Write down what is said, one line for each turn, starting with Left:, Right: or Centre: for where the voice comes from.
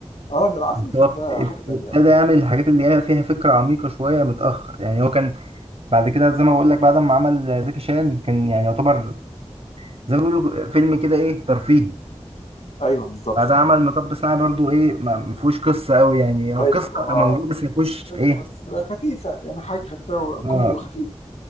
Left: اه ده العسل
Right: بس
Left: الاسود
Right: هو
Left: ده حاجة تانية
Right: ابتدى يعمل الحاجات اللي هي فيها فكرة عميقة شوية متأخر يعني هو كان بعد كده زي ما بقول لك بعد ما عمل زكي شان كان يعني يعتبر زي ما بيقولوا فيلم كده إيه ترفيهي
Left: ايوه بالظبط
Right: بعد عمل مطب صناعي برضو إيه ما ما فيهوش قصة أوي يعني هو
Left: حلو
Right: قصة
Left: اه
Right: موجودة بس ما فيهوش
Left: بس
Right: إيه
Left: بس خفيفة يعني حاجة خفيفة
Right: آه
Left: كوميدي وخفيف